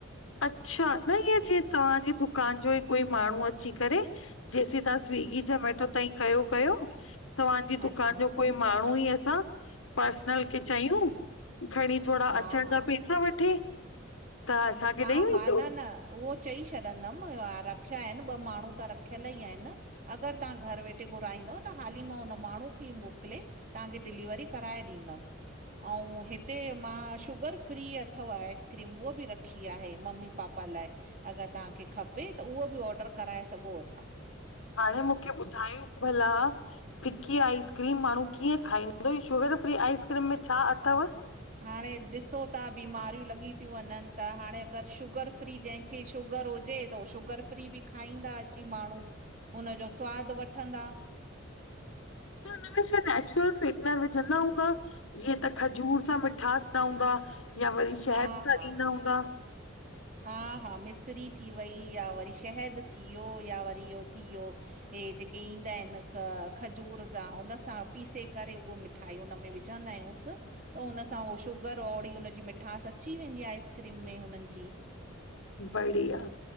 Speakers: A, on the left (about 80°); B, on the right (about 40°).
A: अच्छा, न ईअं जीअ तव्हांजी दुकान जो ई कोई माण्हूं अची करे जेसीं तव्हां स्विगी जोमेटो ताईं कयो कयो तव्हांजी
B: अच्छा
A: दुकान
B: अच्छा
A: जो कोई माण्हूं ई असां, पर्सनल खे चयूं, खणी थोड़ा
B: हा
A: अचण
B: हा
A: जा पेसा वठे, त असांखे
B: हा
A: ॾेई
B: हा,
A: वेंदो?
B: न न, उहो चई छॾंदम रख्या एन, ॿ माण्हूं त रख्यल ई एन। अगर तहां घर वेठे घुराईंदव, त हाली मां हुन माण्हूं खे ई मोकले तहांखे डिलीवरी कराए ॾींदम। अऊं हिते मां, शुगर फ्री अथव आइस् क्रीम, उहा बि रखी आहे, मम्मी पापा लाइ। अगर तहांखे खपे, त उहो बि ऑडर कराए सघो अथा।
A: हाणे मूंखे ॿुधायो भला? फिक्की आइसक्रीम माण्हूं कीअं खाईंदो, शुगर फ्री आइसक्रीम में छा अथव?
B: हाणे ॾिसो ता, बीमारयूं लॻी त्यूं वञन, त हाणे अगर शुगर फ्री जंहिं खे, शुगर हुजे, त हू शुगर फ्री बि खाईंदा अची माण्हूं। उनजो स्वाद वठंदा।
A: त उनमें छा नैचुरल स्वीटनर विझंदा हूंदव? जीअं त खजूर सां मिठास पवंदो आ, या वरी शहद
B: हा
A: सां
B: हा
A: ॾींदा
B: हा
A: हूंदा।
B: हा हा, मिसरी थी वई, या वरी शहद थीयो या वरी इहो थीयो हे जेके ईंदा एन, खजूर जा उन सां पीसे करे उहो मि ठाई, उन में विझंदयूंस। त हुन सां हो शुगर ओड़ी हुनजी मिठास अची वेंदी आहे आइसक्रीम में हुननि जी
A: बढ़िया